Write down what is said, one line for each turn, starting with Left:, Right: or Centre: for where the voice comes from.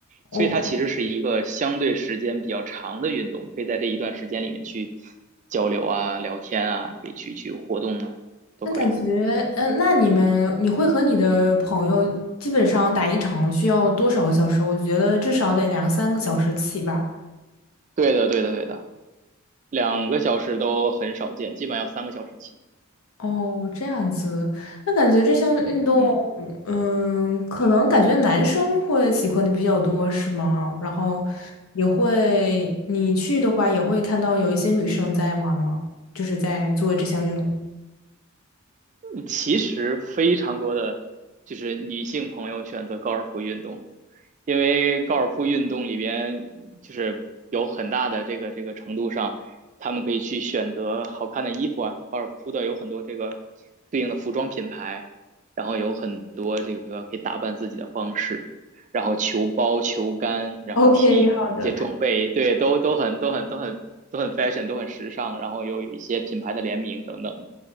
Left: OK，
Right: 所以它其实是一个相对时间比较长的运动，可以在这一段时间里面去交流啊、聊天啊，可以去去活动啊，都可以的。
Left: 那感觉，嗯、那你们你会和你的朋友基本上打一场需要多少个小时？我觉得至少得两三个小时起吧。
Right: 对的，对的，对的，两个小时都很少见，基本要三个小时起。
Left: 哦，这样子，那感觉这项运动，
Right: 嗯。
Left: 嗯，可能感觉男生会喜欢的比较多，是吗？然后也会，你去的话也会看到有一些女生在玩儿吗？就是在做这项运动。
Right: 嗯其实非常多的就是女性朋友选择高尔夫运动，因为高尔夫运动里边就是有很大的这个这个程度上，他们可以去选择好看的衣服啊，高尔夫的有很多这个对应的服装品牌，然后有很多这个可以打扮自己的方式，然后球包、球杆，然后
Left: OK，
Right: t
Left: 好的。
Right: 一些装备，对，都都很都很都很都很 fashion，都很时尚，然后又有一些品牌的联名等等，